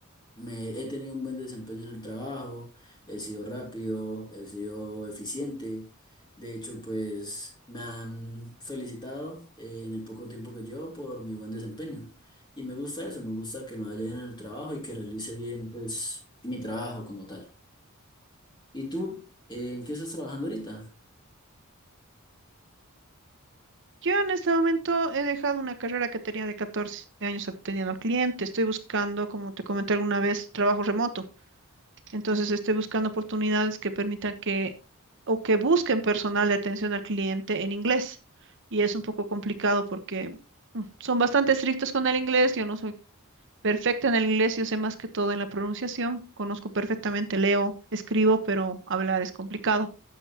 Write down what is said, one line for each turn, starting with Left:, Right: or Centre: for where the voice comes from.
Left: Me, he tenido un buen desempeño en el trabajo, he sido rápido, he sido eficiente. De hecho, pues me han felicitado eh, en el poco tiempo que llevo por mi buen desempeño. Y me gusta eso, me gusta que me vaya bien en el trabajo y que realice bien pues, mi trabajo como tal. ¿Y tú, eh, en qué estás trabajando ahorita?
Right: Yo en este momento he dejado una carrera que tenía de 14 años atendiendo al cliente. Estoy buscando, como te comenté alguna vez, trabajo remoto. Entonces estoy buscando oportunidades que permitan que o que busquen personal de atención al cliente en inglés. Y es un poco complicado porque mm, son bastante estrictos con el inglés. Yo no soy perfecta en el inglés, yo sé más que todo en la pronunciación. Conozco perfectamente, leo, escribo, pero hablar es complicado.